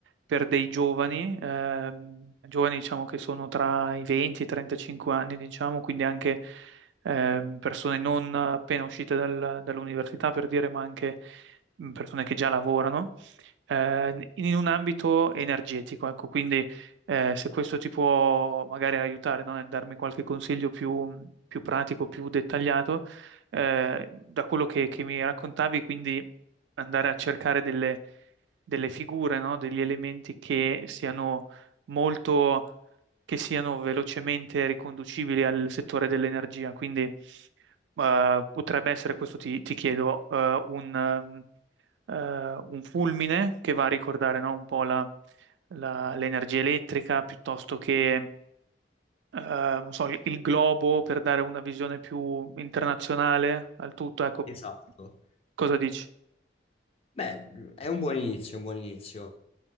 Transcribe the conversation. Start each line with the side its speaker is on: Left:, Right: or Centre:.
Right: per dei giovani, ehm, giovani diciamo che sono tra i 20 e i 35 anni, diciamo, quindi anche ehm, persone non appena uscite dal- dall'università, per dire, ma anche mh, persone che già lavorano, eh, in un ambito energetico, ecco, quindi eh, se questo ti può magari aiutare, no, Nel darmi qualche consiglio più, più pratico, più dettagliato, eh, da quello che, che mi raccontavi, quindi andare a cercare delle, delle figure, no, Degli elementi che siano molto, che siano velocemente riconducibili al settore dell'energia. Quindi, eh, potrebbe essere, questo ti, ti chiedo, eh, un, eh, un fulmine che va a ricordare, no, un po' la- la- l'energia elettrica piuttosto che, eh, non so, il, il globo per dare una visione più internazionale al tutto. Ecco,
Left: Esatto.
Right: cosa dici?
Left: Beh, è un buon inizio, un buon inizio.